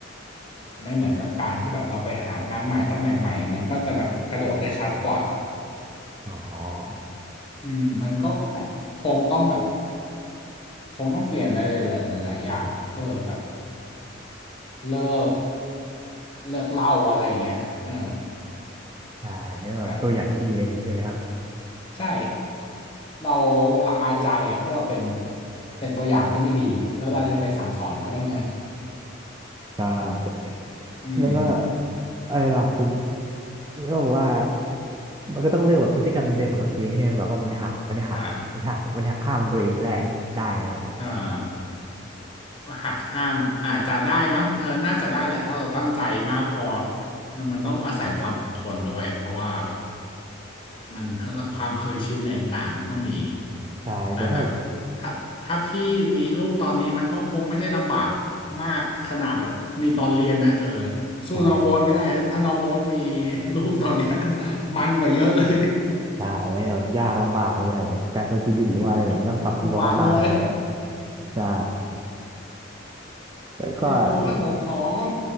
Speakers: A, on the left; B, on the right.
A: ไม่เหมือนกับการที่แบบเราไปหางานใหม่ตำแหน่งใหม่ มันก็จะแบบกระโดดได้ชัดกว่า
B: อ๋อ
A: อืมมันก็คงต้องแบบคงต้องเปลี่ยนอะไรหลายๆหลายๆอย่างอะเออแบบเลิกเลิกเหล้าอะไรอย่างเงี้ยเออ
B: ใช่แล้วแบบตัวอย่างที่ดีอะไรอย่างนี้ใช่ไหมครับ
A: แบบใช่เราละอายใจอ่ะถ้าเราเป็นเป็นตัวอย่างที่ไม่ดีแล้วเราจะไปสั่งสอนเขาได้ไง
B: ใช่
A: <laughs> อืม
B: แล้วก็อะไรล่ะผมก็บอกว่ามันก็ต้องเลือกแบบพฤติกรรมเดิมของตัวเองที่แบบว่ามันจะหักมันจะหักมันหักมันหักข้ามตัวเองได้ได้ไหมครับเนี่ย
A: ใช่อ่า หักห้ามอาจจะได้มั้งเออน่าจะได้แหละถ้าเราตั้งใจมากพอมันต้องอาศัยความอดทนด้วยเพราะว่าแบบมันความเคยชินอะไรต่างๆมันก็มี
B: ใช่แต่ถ้า
A: แต่แบบถ้าถ้าพี่มีลูกตอนนี้มันก็คงไม่ได้ลำบากมากขนาดแบบมีตอนเรียนอ่ะเออสู้น้องโบ๊ทไม่ได้ถ้าน้องโบ๊ทมี
B: ใช่
A: ลูกตอนเนี้ย <laughs> มันกว่าเยอะเลย
B: ใช่่ยแบบยากลำบากเลยอะแบบการใช้ชีวิตหรือว่าอะไรแบบนี้ต้องปรับตัวมากๆเลย
A: <laughs> มันเลย
B: ใช่แล้วก็อัน
A: พี่โบนหนูท้อง